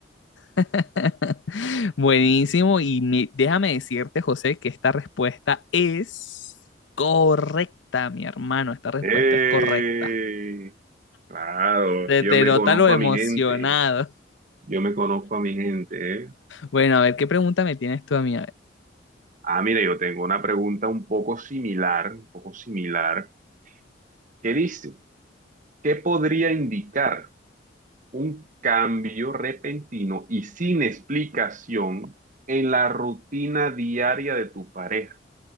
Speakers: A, on the left; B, on the right.
A: <laughs> Buenísimo. Y mi- déjame decirte, José, que esta respuesta es correcta, mi hermano. Esta respuesta
B: ¡Ey!
A: es correcta.
B: Claro,
A: Te,
B: yo
A: te
B: me
A: nota
B: conozco
A: lo emocionado.
B: a mi gente. Yo me conozco a mi gente, ¿eh?
A: Bueno, a ver, ¿qué pregunta me tienes tú a mí? A ver.
B: Ah, mira, yo tengo una pregunta un poco similar, un poco similar, que dice, ¿qué podría indicar un cambio repentino y sin explicación en la rutina diaria de tu pareja?